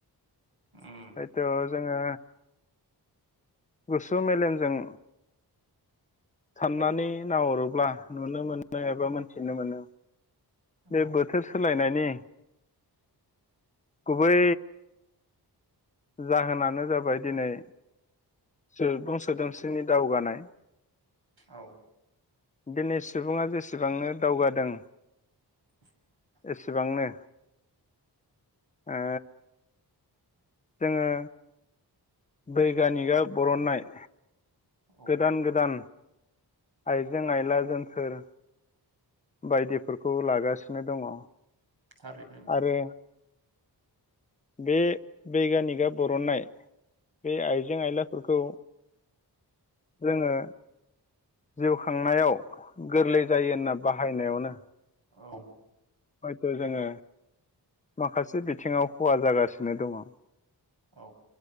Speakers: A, on the right; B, on the left.
A: <inaudible>
B: हयथ' जोङो गुसु मेलेमजों साननानै नाहरोब्ला नुनो मोनो एबा मोनथिनो मोनो। बे
A: औ
B: बोथोर सोलायनायनि गुबै जाहोनानो जाबाय दिनै सुबुं सोदोमस्रिनि दावगानाय
A: औ।
B: दिनै सुबुङा जेसेबांनो दावगादों।
A: <inaudible>
B: एसेबांनो ओ जोङो बैगानिकआ बरननाय।
A: औ
B: गोदान गोदान आइजें आइलाजोनथोर बायदिफोरखौ लागासिनो दङ।
A: थारै बे नोंथां।
B: आरो बे बैगानिकआ बर'नाय बे आइजें आयलाफोरखौ जोङो जिउ खांनायाव गोरलै जायो होनना बाहायनायावनो
A: औ।
B: हयथ' जोङो माखासे बिथिङाव खहा जागासिनो दङ।
A: औ।